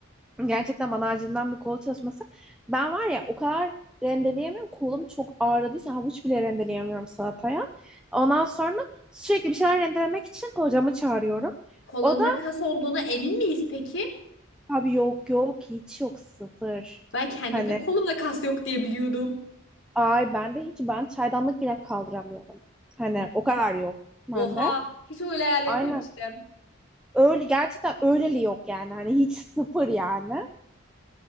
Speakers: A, in the centre; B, on the left.
A: Gerçekten bana acilden bir kol çalışması. Ben var ya o kadar rendeleyemiyorum. Kolum çok ağrıdığı için havuç bile rendeleyemiyorum salataya. Ondan sonra sürekli bir şeyler rendelemek için kocamı çağırıyorum.
B: Kolunda
A: O da
B: kas olduğuna emin miyiz peki?
A: abi yok yok hiç yok sıfır.
B: Ben kendimde
A: Hani
B: kolumda kas yok diye biliyordum.
A: ay ben de hiç ben çaydanlık bile kaldıramıyorum. Hani o kadar yok bende.
B: Oha, hiç öyle hayal etmemiştim.
A: Aynen öyle gerçekten öyleli yok yani hani hiç sıfır yani.